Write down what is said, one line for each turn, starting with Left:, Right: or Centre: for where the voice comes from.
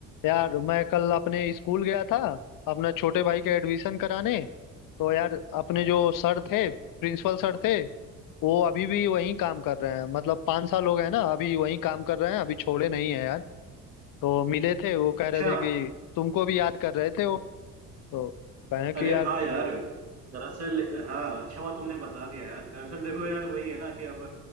Left: यार मैं कल अपने स्कूल गया था अपना छोटे भाई का एडमिशन कराने तो यार अपने जो सर थे प्रिंसिपल सर थे वो अभी भी वहीं काम कर रहे हैं मतलब पाँच साल हो गए ना अभी वहीं काम कर रहे हैं अभी छोड़े नहीं है यार तो मिले थे वो कह रहे
Right: अच्छा
Left: थे कि तुमको भी याद कर रहे थे वो तो कहें कि
Right: अरे
Left: यार
Right: हाँ
Left: तुम-
Right: यार दरअसल हाँ अच्छा हुआ तुमने बता दिया यार दरअसल देखो यार वही है ना कि अब